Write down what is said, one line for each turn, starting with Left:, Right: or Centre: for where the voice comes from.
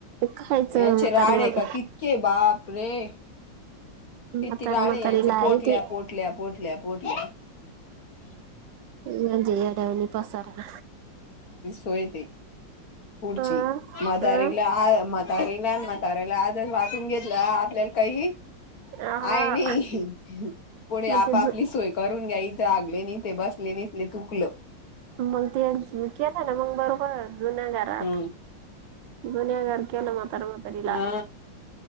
Right: खायचं
Left: यांचे
Right: म्हातार
Left: राडे
Right: मग
Left: का कितके बाप रे कितीदा.
Right: म्हातार
Left: काळे
Right: म्हातारीला
Left: यांचे
Right: आहे
Left: पोटल्या
Right: ते.
Left: पोटल्या पोटल्या पोटल्या.
Right: यांच येड्यावाणी पसारा.
Left: सोयेत पुढची
Right: अं
Left: मातारला
Right: अं
Left: मातारला. म तारायला आजच वाटून घेतलं आपल्याला काही.
Right: हा
Left: आहेय नाही कोणी
Right: मग
Left: आपापली
Right: ते जु
Left: सोय करून घ्या इथ आगले नाही. ते बस लेनिसने तुकलो.
Right: मग ते केलं ना मग बरोबर जुन्या घरात.
Left: हम्
Right: दोनि गार केला माातार माातारला.
Left: हा